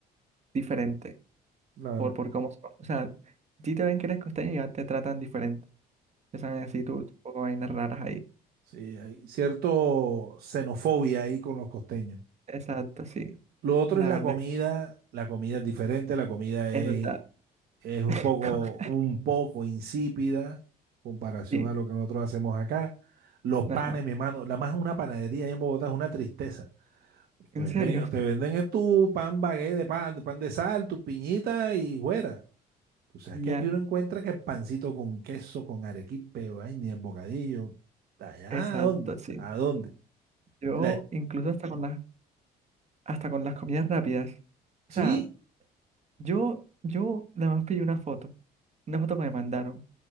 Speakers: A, on the right; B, on the right.
A: diferente
B: Claro.
A: por, por cómo son. O sea, si te ven que eres costeño, ya te tratan diferente. Te saben decir tú, tú poco vainas raras ahí.
B: Sí, hay cierto xenofobia ahí con los costeños.
A: Exacto, sí.
B: Lo otro
A: La
B: es la
A: verdad,
B: comida. La comida es diferente, la comida es,
A: es verdad.
B: es un
A: <laughs>
B: poco, un poco insípida en comparación
A: Sí,
B: a lo que nosotros hacemos acá. Los panes,
A: ajá.
B: mi hermano, la más una panadería ahí en Bogotá es una tristeza.
A: En
B: Te venden,
A: serio,
B: te venden es tu pan bagué de pan, pan de sal, tu piñita y fuera. Tú sabes
A: <laughs>
B: que
A: ya,
B: aquí uno encuentra que pancito con queso, con arequipe, ay, ni el bocadillo. ¿Allá
A: exacto,
B: a dónde?
A: sí.
B: ¿A dónde?
A: Yo
B: La,
A: incluso hasta con las hasta con las comidas rápidas.
B: Sí,
A: O sea, yo yo nada más pedí una foto, una foto que me mandaron